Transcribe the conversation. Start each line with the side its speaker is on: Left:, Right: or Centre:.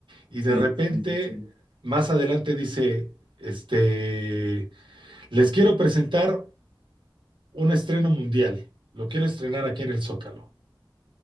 Right: Y
Left: Sí,
Right: de repente,
Left: sí, sí, sí.
Right: más adelante dice, este, les quiero presentar un estreno mundial. Lo quiero estrenar aquí en el Zócalo.